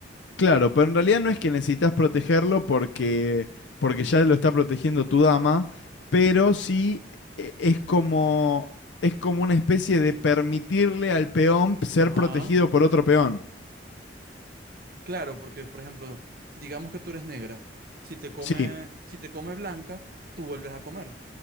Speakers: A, on the left (about 80°); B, on the right (about 55°).
A: Claro, pero en realidad no es que necesitas protegerlo porque, porque ya lo está protegiendo tu dama, pero sí e- es como, es como una especie de permitirle al peón ser
B: Ajá.
A: protegido por otro peón.
B: Claro, porque por ejemplo, digamos que tú eres negra. Si te come,
A: Sí.
B: si te come blanca, tú vuelves a comer,